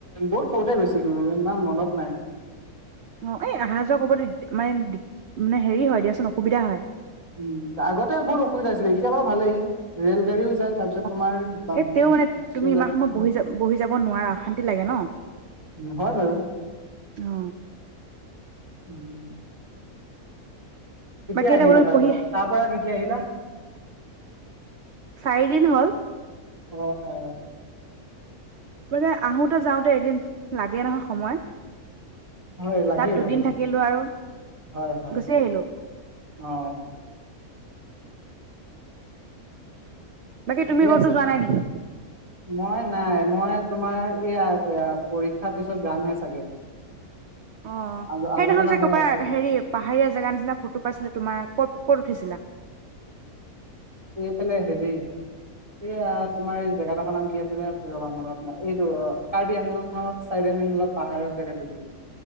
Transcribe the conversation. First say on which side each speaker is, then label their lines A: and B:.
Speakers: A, on the right (about 25°); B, on the right (about 55°).
A: বহুত সৰুতে গৈছিলো ইমান মনত নাই
B: অ এ আহা যোৱা হবলৈ মানে মানে হেৰি হয় দিয়াচোন অসুবিধা হয়।
A: উম আগতে বহুত অসুবিধা হৈছিলে। এতিয়া বাৰু ভালেই ৰেল গাড়ীও যায় তাৰপিছত
B: অ
A: তোমাৰ বা-
B: এ
A: উম,
B: তেওঁ মানে
A: বাছো
B: তুমি ইমান
A: যায়
B: সময় বহি যা বহি যাব নোৱাৰা অশান্তি লাগে ন।
A: উম, হয় বাৰু।
B: অ
A: উম। কেতিয়া
B: বাকী এটা
A: আহিলা
B: ব
A: তাৰ
B: পঢ়ি
A: পৰা
B: আহ
A: তাৰ পৰা কেতিয়া আহিলা?
B: চাৰিদিন হ'ল।
A: অ' অ'।
B: মানে আহোতে যাওঁতে এদিন লাগে নহয় সময়।
A: হয় লাগে
B: তাত দুদিন
A: লাগে
B: থাকিলো আৰু
A: হয় হয়
B: গুচি আহিলো
A: অ'।
B: বাকী
A: ঠিকে
B: তুমি ক'তো
A: আছে।
B: যোৱা নাই নেকি?
A: মই নাই, মই তোমাৰ এয়া পৰীক্ষাৰ পিছত যামহে চাগে।
B: অ',
A: আলো আলোচনা
B: সেইদিনাখন যে
A: হৈ
B: কৰবাৰ
A: আছে
B: হেৰি পাহাৰীয়া জেগাৰ নিচিনা ফটো পাইছিলো তোমাৰ ক'ত ক'ত উঠিছিলা?
A: তেনে হেৰি এয়া তোমাৰ এই জেগাডোখৰ নাম কি আছিলে মনত এইটো কাৰ্বি আংলৰ চাই মানে অলপ পাহাৰৰ জেগাত গৈছিলো।